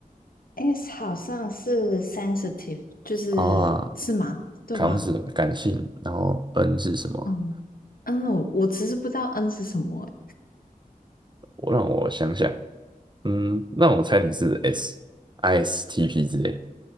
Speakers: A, on the left; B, on the right.
A: S 好像是 sensitive，就是是吗？
B: 啊。
A: 对吗？
B: 康是感性，然后 N 是什么？
A: 嗯嗯，我我其实不知道 N 是什么欸
B: 我让我想想，嗯，让我猜你是 S，ISTP 之类